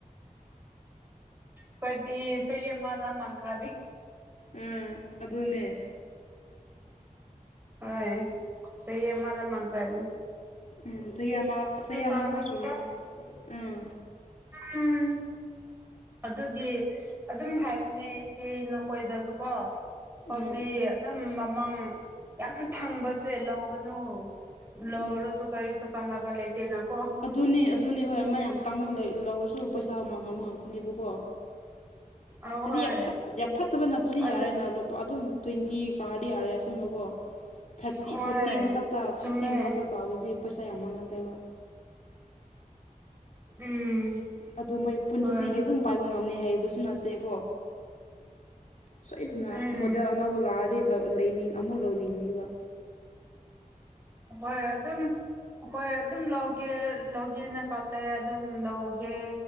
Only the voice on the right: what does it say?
ꯈꯣꯏꯗꯤ ꯆꯍꯤ ꯑꯃꯗ <unintelligible>
ꯍꯣꯏ ꯆꯍꯤ ꯑꯃꯗ ꯃꯟꯀ꯭ꯔꯅꯤ
ꯇꯥꯕꯒꯤꯀꯣ
ꯎꯝ ꯑꯗꯨꯒꯤ ꯑꯗꯨꯝ ꯍꯥꯏꯕꯅꯦ ꯑꯩꯁꯦ ꯅꯈꯣꯏꯗ ꯁꯨ ꯀꯣ ꯐꯣꯟꯗꯤ
ꯑꯗꯨꯝ ꯃꯃꯜ ꯌꯥꯝ ꯊꯪꯕꯁꯦ ꯂꯧ ꯒꯅꯣ ꯂꯧꯔꯁꯨ
ꯀꯔꯤꯁꯨ ꯀꯥꯟꯅꯕ ꯂꯩꯇꯦꯅ ꯀꯣ
ꯑꯧ
ꯍꯣꯏ
ꯑꯗꯨ
ꯍꯣꯏ
ꯆꯨꯝꯃꯦ
ꯎꯝ
ꯍꯣꯏ
ꯎꯝ
ꯍꯣꯏ ꯑꯗꯨꯝ ꯃꯈꯣꯏ ꯑꯗꯨꯝ ꯂꯧꯒꯦ ꯂꯧꯒꯦꯅ ꯀꯜꯂꯦ ꯑꯗꯨꯝ ꯂꯧꯒꯦ